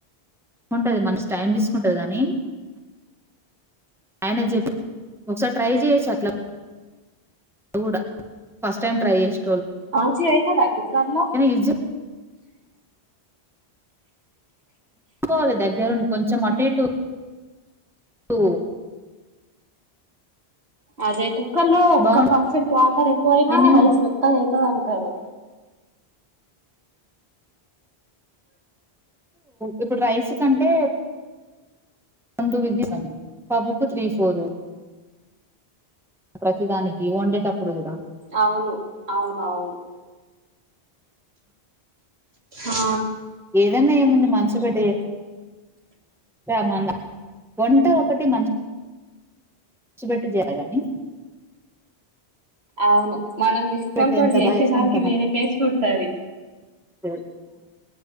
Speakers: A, in the centre; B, on the right.
A: ఉంటది మన టైం తీసుకుంటది కాని అయనే చెప్ ఒక సారి ట్రై జయేచ్చ అట్లా అట్ల కూడ ఫస్ట్ టైమ్ ట్రై చేసా
B: ఆంచి అయితదా కుక్కర్ లో
A: ఇది చూసూకోవాలి దగ్గరుండి కొంచెం అటు ఇటు టు
B: అదే కుక్కర్ లో ఒక్క
A: బాగుం
B: పర్సెంట్ వాటర్ ఎక్కువ అయినా
A: నేను
B: రైస్ మెత్తగా అయితది అంటారు
A: ఇప్పుడు రైస్ కంటే అందు విదిదం పబ్బుకు త్రీ ఫోరు ప్రతిదానికి వండేటప్పుడు కూడ
B: అవును అవునవును ఆ
A: ఏదన్నా ఏముంది మనసు పెట్టి రమన్నా వంట ఒకటి మంచి మనసు పెట్టి చేయ గాని
B: అవును మనం ఇష్టంతో
A: పెట్టి ఎంత
B: చేసేదానికి
A: బాగా చేస్తే అంత
B: వేరే టేస్ట్ ఉంటది
A: అ